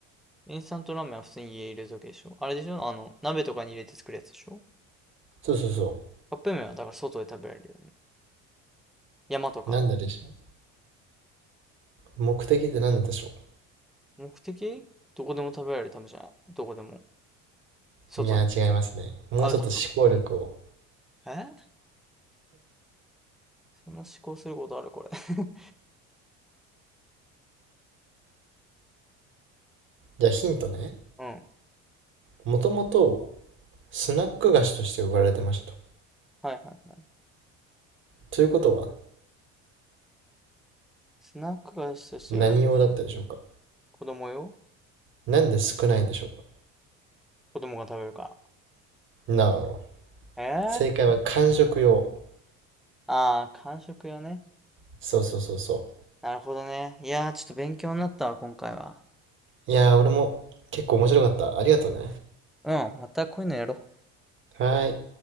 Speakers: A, in the centre; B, on the right.
A: れた。インスタントラーメンは普通に家に入れるだけでしょ。あれでしょあの、鍋とかに入れて作るやつでしょ
B: そうそうそ
A: カップ麺はだから外で食べられるよね。山とか。
B: う。なんででしょう目的って何なんでしょ
A: 目的どこでも食べられるためじゃん。どこでも。外でも。
B: ういやー違いますね。もうちょっと思考力を。
A: アウトドア。えそんな思考することあるこれ。<laughs>
B: じゃあヒントね。
A: うん。
B: もともとスナック菓子として売られてましたと。
A: はいはいはい。
B: ということは
A: スナック菓子として売られ
B: 何用だったでしょうか
A: 子供よ
B: なんで少ないんでしょうか
A: 子供が食べるか
B: no
A: ら。
B: 正解は間食用。
A: えー、ああ、間食よね。
B: そうそうそうそ
A: なるほどね。いやー、ちょっと勉強になったわ、今回は。
B: う。いやー、俺も結構面白かった。ありがとね。
A: うん、またこういうのやろう。
B: はーい。